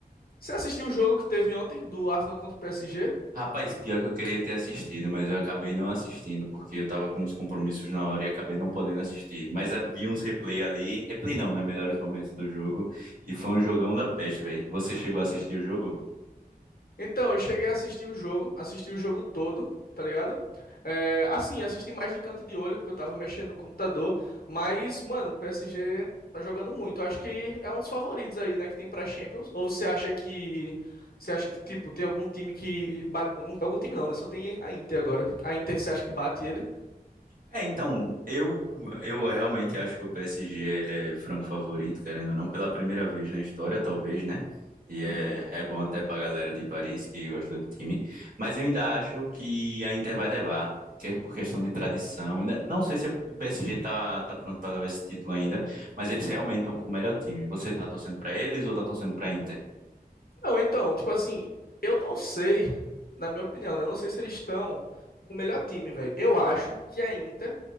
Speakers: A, on the left; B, on the right.
A: Você assistiu o jogo que teve ontem do Arsenal contra o PSG?
B: Rapaz, pior que eu queria ter assistido, mas eu acabei não assistindo porque eu tava com uns compromissos na hora e acabei não podendo assistir. Mas havia uns replay ali, replay não, né? Melhores momentos do jogo. E foi um jogão da peste, velho. Você chegou a assistir o jogo?
A: Então, eu cheguei a assistir o jogo, assisti o jogo todo, tá ligado? É, assim, assisti mais de canto de olho, porque eu tava mexendo no computador. Mas, mano, o PSG tá jogando muito. Eu acho que é um dos favoritos aí, né, que tem pra Champions. Ou você acha que. Você acha que, tipo, tem algum time que bate. Algum time não, né? Só tem a Inter agora. A Inter, você acha que bate ele?
B: É, então, eu, eu realmente acho que o PSG ele é franco favorito, querendo ou não, pela primeira vez na história, talvez, né? E
A: Uhum.
B: é, é bom até pra galera de Paris que gosta do time. Mas eu ainda acho que a Inter vai levar, que é por questão de tradição. Ainda, não sei se é, o PSG tá, tá pronto pra levar esse título ainda, mas eles realmente estão com o melhor time. Você tá torcendo pra eles ou tá torcendo pra Inter?
A: Não, então, tipo assim, eu não sei, na minha opinião, né? Eu não sei se eles estão com o melhor time, velho. Eu acho que a Inter